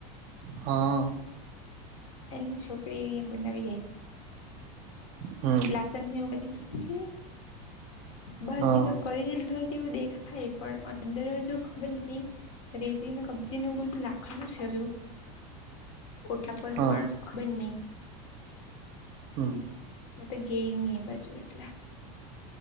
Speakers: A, on the right; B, on the left.
A: હા
B: એની છોકરી એ બનાવી જાય.
A: હમ
B: લકણ ને એવું કરી દીું બહારથીધ
A: હા
B: ક દીું હોય. તેવઓ દેખાય એ પણ અંદર જો ખબર નહી. રેતીને કબજે ન બધું લાખડું છેજ, ઓટલા પર
A: હા
B: પણણ ખંર નહી.
A: હમ
B: મે તો ગે નની એ બાજુ એટલા